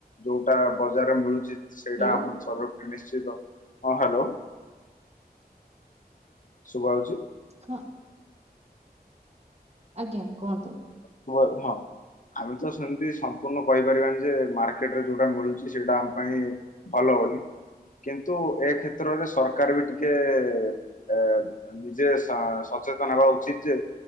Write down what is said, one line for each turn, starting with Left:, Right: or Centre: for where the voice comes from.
Left: ଯୋଉଟା ବଜାରରେ ମିଳୁଛି ସେଇଟା
Right: ହ୍ୟାଲୋ
Left: ଆମ ସ୍ତରର ନିଶ୍ଚିତ, ହଁ ହ୍ୟାଲୋ? ଶୁଭାଯାଉଛି?
Right: ହଁ ଆଜ୍ଞା କୁହନ୍ତୁ।
Left: <inaudible> ହଁ। ଆମେ ତ ସେମିତି ସମ୍ପୂର୍ଣ୍ଣ କହିପାରିବାନି ଯେ ମାର୍କେଟରେ ଯୋଉଟା ମିଳୁଛି ସେଇଟା ଆମ ପାଇଁ ଭଲ। ହଁ କି କିନ୍ତୁ ଏ କ୍ଷେତ୍ରରେ ସରକାର ବି ଟିକେଏ-ଏ-ଏ ଏ ନିଜେ ସା ସ ସଚେତନ ହେବା ଉଚିତ ଯେ